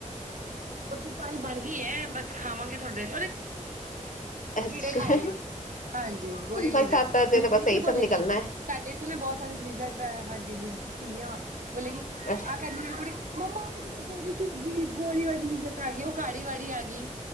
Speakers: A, on the right; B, on the left.
A: ਰੋਟੀ ਪਾਣੀ ਬਣ ਗਈ ਐ, ਬਸ ਖਾਵਾਂਗੇ ਥੋਡੀ
B: ਅੱਛਾ
A: ਕੀੜੇ ਖਾ ਰਹੀ ਆ, ਹਾਂਜੀ, ਬੋਲ ਹੀ ਨਹੀ
B: ਬਰਸਾਤਾਂ
A: ਰਹੇ,
B: ਚ
A: ਮੇਰੀ
B: ਤਾਂ
A: ਕੁੜੀ
B: ਬਸ ਇਹੀ
A: ਕੀ ਬੋਲੇਗੀ।
B: ਸਭ ਨਿਕਲਣਾ ਹੈ
A: ਸ ਇਥੇ ਨੇ ਬਹੁਤ ਸਾਰੀ ਲਿਜ਼ਰ੍ਡ, ਹਾਂਜੀ ਕੀੜਿਆਂ, ਬੋਲੇ ਕਿ
B: ਅੱਛਾ
A: ਆਹ ਕਹਿੰਦੇ ਮੇਰੀ ਕੁੜੀ ਮੰਮਾ ਉਹ ਕਿਤੇ ਗੋਰੀ ਚ ਗੋਲੀ ਵਾਲੀ ਲਿਜ਼ਰ੍ਡ ਆਗੀ, ਉਹ ਕਾੜੀ ਵਾੜੀ ਆਗੀ।